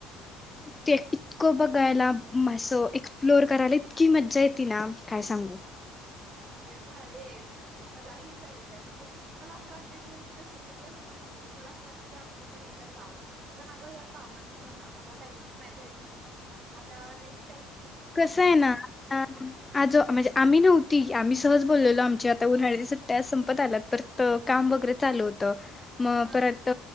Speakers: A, on the left (about 20°); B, on the right (about 50°).
A: ते इतकं बघायला असं एक्सप्लोअर करायला, इतकी मज्जा येती ना काय सांगू.
B: ये भारे मलाही जायचय म्हटल मला अस वाटत तू इतक वेळ भारीये मलाही जायचंय मला अस वाटतय तु इतक सांगितलंयस नां माहिती मला असं वाटतंय की आपण पण एकदा जाव पण अग या कामांमुळ ना मला टाईमच नाही भेटत आता नेक्स्
A: कसये ना आ आज म्हणजे आम्ही नव्ह ती आम्ही सहज बोललेलो आमच्या आता उन्हाळ्याच्या सुट्ट्या संपत आलात पर काम वगरे चालू होत. मग
B: हा
A: परत